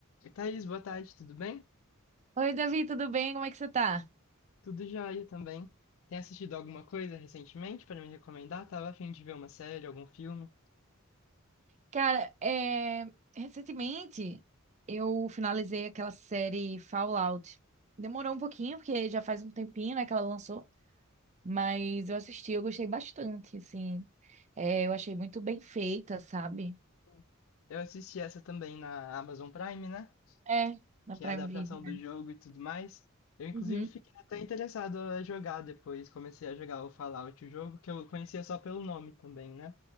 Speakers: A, on the left (about 65°); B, on the right (about 35°).
A: Oi, Thaís, boa tarde, tudo bem?
B: Oi, Davi, tudo bem? Como é que você tá?
A: Tudo jóia também. Tem assistido alguma coisa recentemente para me recomendar? Tava a fim de ver uma série, algum filme.
B: Cara, é, recentemente eu finalizei aquela série Fallout. Demorou um pouquinho, porque já faz um tempinho, né, que ela lançou, mas eu assisti, eu gostei bastante, assim. É, eu achei muito bem feita, sabe?
A: Hum. Eu assisti essa também na Amazon Prime, né?
B: É, na
A: Que
B: Prime
A: é a adaptação
B: Video.
A: do jogo e tudo mais. Eu, inclusive,
B: Uhum,
A: fiquei até interessado a jogar depois. Comecei a jogar o Fallout, o jogo, que eu conhecia só pelo nome também, né?